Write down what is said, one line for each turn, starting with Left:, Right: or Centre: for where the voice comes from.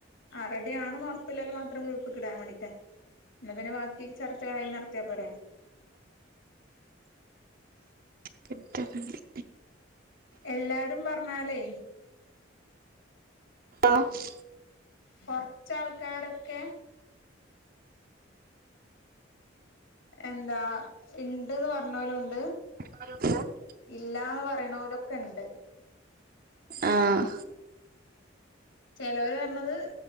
Left: ആഹ് റെഡി ആണ്ന്ന് ഉറപ്പ്ല്ലോലെ മാത്രം ഗ്രൂപ്പ്ക്ക്ടാം വാണ്ടീട്ടാ ഇന്നാ പിന്നെ ബാക്കി ചർച്ചകള് അയില് നടത്തിയാ പോരെ
Right: <unintelligible>
Left: എല്ലാരും പർഞ്ഞാലെ
Right: ആഹ്
Left: കൊർച്ചാൾക്കാരൊക്കെ എന്താ ഇണ്ട്ന്ന് പറഞ്ഞോലുണ്ട്
Right: <unintelligible>
Left: ഇല്ലാന്ന് പറിണോലൊക്കണ്ട്
Right: ആഹ്
Left: ചെലോല് പറഞ്ഞത്